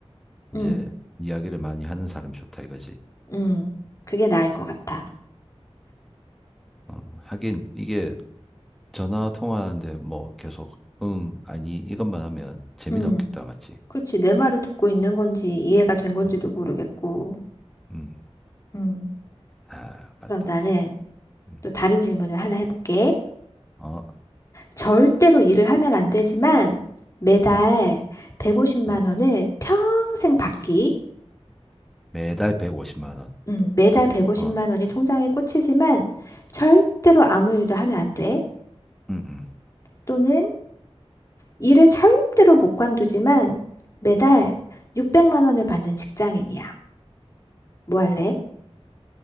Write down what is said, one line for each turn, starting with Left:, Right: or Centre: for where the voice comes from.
Centre: 이제
Left: 응,
Centre: 이야기를 많이 하는 사람 좋다 이거지.
Left: 응, 그게 나을 것 같아.
Centre: 어, 하긴 이게 전화 통화하는데 뭐 계속 응, 아니 이것만 하면 재미는
Left: 응.
Centre: 없겠다 맞지?
Left: 그치, 내 말을 듣고 있는 건지 이해가 된 건지도
Centre: 음,
Left: 모르겠고.
Centre: 음.
Left: 음.
Centre: 아, 맞다
Left: 그럼 나는
Centre: 맞다. 음.
Left: 또 다른 질문을 하나 해볼게.
Centre: 어,
Left: 절대로 일을 하면 안 되지만 매달
Centre: 음,
Left: 150만
Centre: 어.
Left: 원을 평생 받기.
Centre: 매달 백오십만 원.
Left: 음, 매달 150만
Centre: 어,
Left: 원이 통장에 꽂히지만 절대로 아무 일도 하면 안 돼.
Centre: 음, 음.
Left: 또는 일을 절대로 못 관두지만 매달 600만 원을 받는 직장인이야. 뭐 할래?